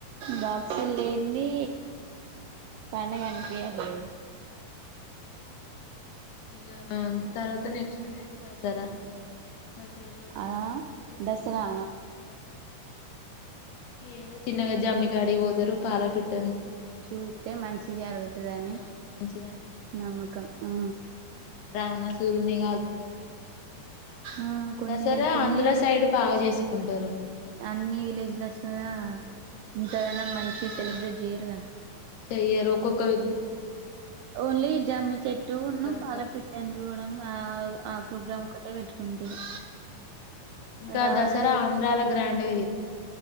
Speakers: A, on the right; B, on the left.
A: బాక్సు లేంది పడుగ అనిపియాలదు
B: ఇ తర్వాత నెక్స్ట్ డే దసరా దసర రోజు
A: ఆ
B: ఏముంది
A: దసరా
B: ఏదై చిన్నగా జమ్మి గడి పోతారు పాల పెట్ట
A: చూస్తే మంచి జరుగుతుందిని
B: ఆ మంచిది
A: నమ్మకం ఆ
B: రావణ సూరుని కాల్తారు
A: ఆ కొన్నిద
B: దసరా
A: కొన్ని
B: ఆంధ్ర సైడ్ బాగా చేసుకుంటారు
A: అన్ని విలేజ్లు వస్తుారా ఇంతగాన మంచి సెలబ్రేటీ చేయరుగా
B: చేయరో ఒక్కొక్కరు
A: ఓన్లీ జమ్మి చెట్టున్న
B: రకం
A: పాల పిట్టని చూడడం ఆ ఆ ప్రోగ్రామ్ ఒకటే పెట్టుకుంటారు
B: ఇంకా
A: రావణాసుడు
B: దసరా ఆంధ్రలో గ్రాండ్గా చెప్తారు